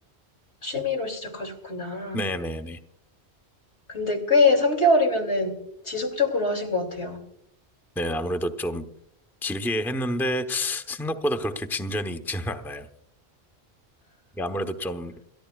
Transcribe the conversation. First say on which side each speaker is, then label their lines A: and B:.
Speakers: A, on the left; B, in the centre.
A: 취미로 시작하셨구나.
B: 네네네
A: 근데 꽤 3개월이면은 지속적으로 하신 것 같아요.
B: 네 아무래도 좀 길게 했는데 생각보다 그렇게 진전이 있지는 않아요. 이게 아무래도 좀